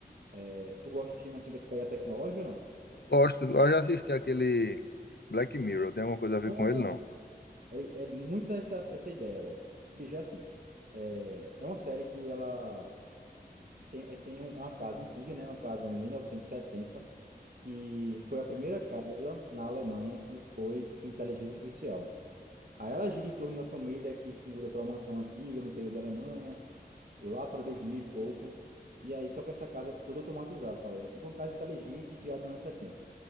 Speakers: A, on the right (about 60°); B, on the left (about 80°).
A: É, tu gosta de filme assim que você pega tecnológico ou não?
B: Gosto, eu já assisti aquele Black Mirror, tem alguma coisa a ver
A: Bom,
B: com ele, não?
A: é, é muito essa, essa ideia, velho. Bicho, é assim, é, é uma série que ela tem, é, tem um- é uma casa antiga, né? Uma casa em 1970, que foi a primeira casa na Alemanha que foi com inteligência artificial. Aí ela gira em torno de uma família que se muda para uma mansão antiga no interior da Alemanha, lá para 2000 e pouco. E aí, só que essa casa é toda automatizada, tá ligado? Tipo uma casa inteligente criada nos anos 70.